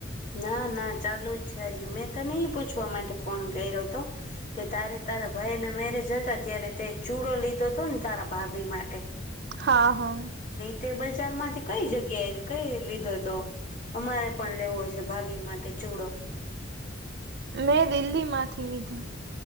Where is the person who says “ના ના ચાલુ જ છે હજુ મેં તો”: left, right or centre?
Left